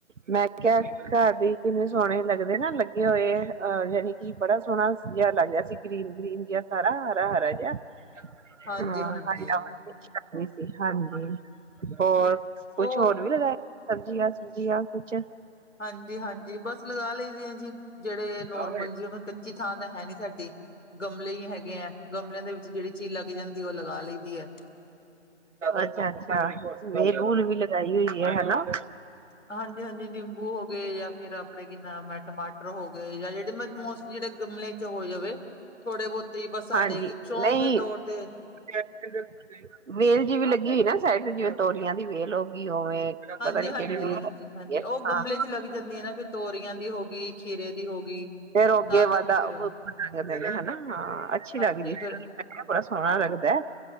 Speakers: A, on the right; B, on the left.
A: ਮੈਂ ਕਿਹਾ ਘਰ ਦੀ ਕਿੰਨੇ ਸੋਹਣੇ ਲੱਗਦੇ ਨਾ ਲੱਗੇ ਹੋਏ ਅਹ ਯਾਨੀ ਕਿ ਬੜਾ ਸੋਹਣਾ ਜਿਹਾ ਲੱਗ ਗਿਆ ਸੀ ਗ੍ਰੀਨ- ਗ੍ਰੀਨ ਜਿਹਾ ਸਾਰਾ ਹਰਾ- ਹਰਾ ਜਿਹਾ।
B: ਹਾਂਜੀ
A: ਹਾਂ
B: ਹਾਂਜੀ
A: ਆ <unintelligible> <unintelligible> ਹਾਂਜੀ, ਹੋਰ ਕੁਛ
B: ਉਹ
A: ਹੋਰ ਵੀ ਲਗਾਇਆ। ਸਬਜ਼ੀਆਂ, ਸੁਬਜ਼ੀਆਂ ਕੁਛ
B: ਹਾਂਜੀ -ਹਾਂਜੀ, ਬਸ ਲਗਾ ਲਈਦੇ ਆ ਜੀ। ਜਿਹੜੇ ਨੋਰਮਲ
A: ਹਾਂ
B: ਜੀ ਉਹਨਾ ਕੱਚੀ ਥਾਂ ਤੇ ਹੈਨੀ ਸਾਡੀ। ਗਮਲੇ ਹੀ ਹੈਗੇ ਹੈ ਗਮਲਿਆਂ ਦੇ ਵਿੱਚ ਜਿਹੜੀ ਚੀਜ਼ ਲੱਗ ਜਾਂਦੀ ਉਹ ਲਗਾ ਲਈਦੀ ਆ।
A: ਅੱਛਾ -ਅੱਛਾ, ਵੇਲ-ਬੂਲ ਵੀ ਲਗਾਈ ਹੋਈ ਆ ਹਨਾ।
B: ਹਾਂਜੀ ਹਾਂਜੀ ਨਿੰਬੂ ਹੋ ਗਏ ਜਾਂ ਫਿਰ ਆਪਣੇ ਕੀ ਨਾਮ ਐ ਟਮਾਟਰ ਹੋ ਗਏ ਜਾਂ ਜਿਹੜੇ ਮਸ ਜਿਹੜੇ ਗਮਲੇ ਚ ਹੋ ਜਾਵੇ ਥੋੜੇ ਬਹੁਤੇ ਹੀ ਬਸ ਸਾਡੇ
A: ਹਾਂਜੀ
B: ਸ਼ੌਕ
A: ਨਹੀਂ
B: ਦੇ ਤੌਰ ਤੇ
A: <unintelligible> ਵੇਲ ਜਿਵੇ ਲੱਗੀ ਹੋਈ ਨਾ ਸਾਈਡ ਤੇ ਜਿਵੇਂ ਤੋਰੀਆਂ ਦੀ ਵੇਲ ਹੋ ਗਈ ਉਵੇਂ।
B: ਹਾਂਜੀ
A: ਪਤਾ ਨੀ
B: -ਹਾਂਜੀ,
A: ਕਿਹੜੀ ਵੇਲ ਲੱਗੀ
B: ਹਾਂਜੀ- ਹਾਂਜੀ
A: ਹੋਈ ਹੈ
B: ਉਹ ਗਮਲੇ
A: ਹਾਂ
B: ਚ ਲੱਗ ਜਾਂਦੀਆਂ ਨਾ ਫਿਰ ਤੋਰੀਆਂ ਦੀ ਹੋ ਗਈ ਖੀਰੇ ਦੀ ਹੋ ਗਈ।
A: ਫੇਰ ਓ ਅੱਗੇ
B: ਤਾਂ
A: ਵੱਧਦਾ,
B: ਕਰਕੇ ਫਿਰ ਉਹ
A: ਹਨਾ ਹਾਂ ਅੱਛੀ ਲੱਗਦੀ।
B: ਹਾਂਜੀ
A: ਏਹ
B: ਫਿਰ
A: ਬੜਾ ਸੋਹਣਾ ਲੱਗਦਾ।